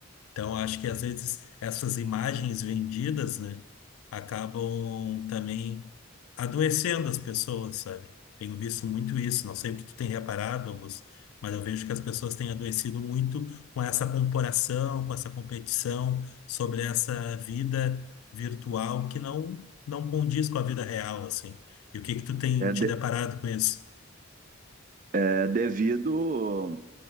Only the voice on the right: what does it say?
É,
de,
é devido